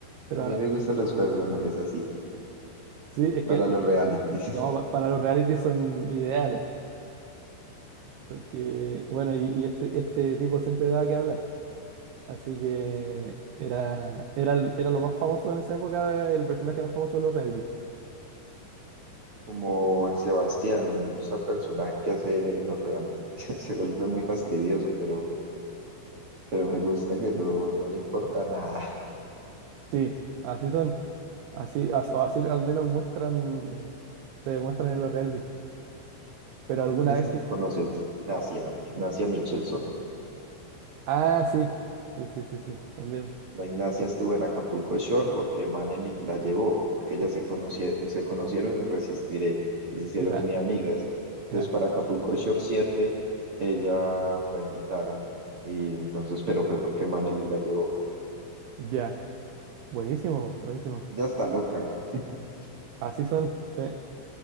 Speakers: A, on the right; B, on the right.
A: Pero
B: A mí
A: ahora-
B: me gustan los personajes así,
A: sí, es
B: para
A: que
B: los realities. <laughs>
A: no, pa- para los reality son ideales. Porque, bueno, y, y este, este tipo siempre daba que hablar. Así que era, era, era lo más famoso en esa época, el personaje más famoso de los reality.
B: Como el Sebastián, me gusta el personaje que hace él en los realities. <laughs> Se vuelve muy fastidioso, pero, pero me gusta que no, no le importa nada.
A: Sí, así son. Así, as- o así al menos muestran, se demuestran en los reality. Pero
B: <laughs>
A: alguna
B: Esta
A: vez... ti-
B: conoces Ignacia, Ignacia Michelson.
A: Ah, sí. Sí, sí, sí, sí, también.
B: La Ignacia estuvo en Acapulco Shore porque Manelik la llevó, porque ellas se, conocie- se conocieron en Resistiré y se hicieron
A: Ya,
B: muy amigas. Entonces,
A: ya,
B: para Acapulco Shore 7 ella la invitaron. Y entonces, pero fue porque Manelik la llevó.
A: ya. Buenísimo, buenísimo.
B: Ella está loca, <laughs>
A: Así son. Sí.